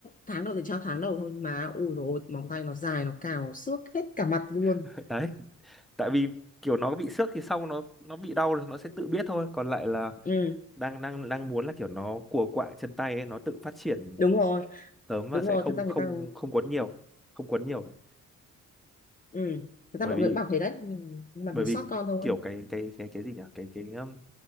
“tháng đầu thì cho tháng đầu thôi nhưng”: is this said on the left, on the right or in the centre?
Left